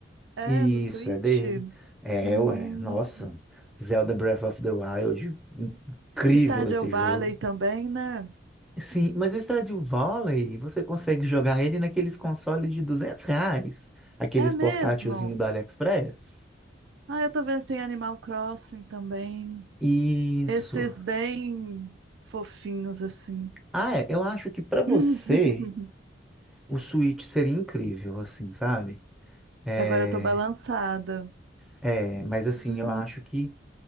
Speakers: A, on the right (about 75°); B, in the centre.
A: é
B: Isso,
A: no Switch?
B: é dele. É,
A: Hum.
B: ué, nossa. Zelda Breath of the Wild, incrível
A: Stardew
B: esse
A: Valley
B: jogo.
A: também, né?
B: Sim, mas o Stardew Valley, você consegue jogar ele naqueles consoles de 200 reais, aqueles
A: É mesmo?
B: portátilzinho do AliExpress.
A: Ah, eu tô vendo que tem Animal Crossing também.
B: Isso.
A: Esses bem fofinhos assim.
B: Ah, é, eu acho que para você
A: <laughs>
B: O Switch seria incrível, assim, sabe? É,
A: Agora eu tô balançada.
B: é, mas assim,
A: Uhum.
B: eu acho que,